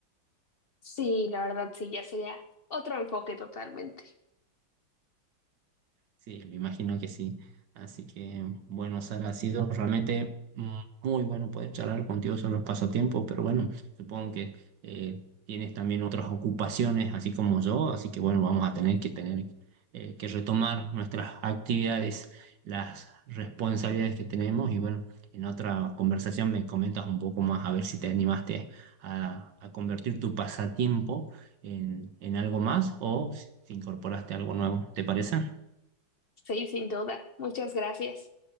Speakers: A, on the left; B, on the right.
A: Sí, la verdad sí, ya sería otro enfoque totalmente.
B: Sí, me imagino que sí. Así que, bueno, Sara, ha sido realmente mm, muy bueno poder charlar contigo sobre los pasatiempos, pero bueno, supongo que eh, tienes también otras ocupaciones, así como yo, así que bueno, vamos a tener que tener eh, que retomar nuestras actividades, las responsabilidades que tenemos y bueno, en otra conversación me comentas un poco más a ver si te animaste a, a convertir tu pasatiempo en, en algo más o si incorporaste algo nuevo, ¿te parece?
A: Sí, sin duda. Muchas gracias.